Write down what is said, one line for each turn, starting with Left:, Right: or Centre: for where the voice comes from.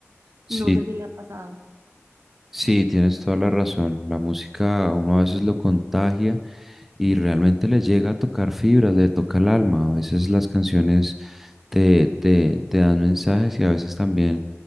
Centre: Sí,
Right: No sé si le ha pasado.
Centre: Sí, tienes toda la razón. La música a uno a veces lo contagia y realmente le llega a tocar fibras, le toca el alma. A veces las canciones te, te, te dan mensajes y a veces también